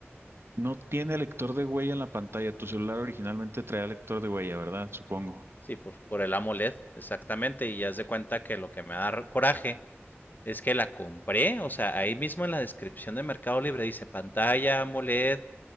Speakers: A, on the right; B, on the left.
A: No tiene lector de huella en la pantalla. Tu celular originalmente traía lector de huella, ¿verdad? Supongo.
B: Sí, por, por el AMOLED, exactamente. Y ya se cuenta que lo que me da coraje Es que la compré, o sea, ahí mismo en la descripción de Mercado Libre dice pantalla AMOLED,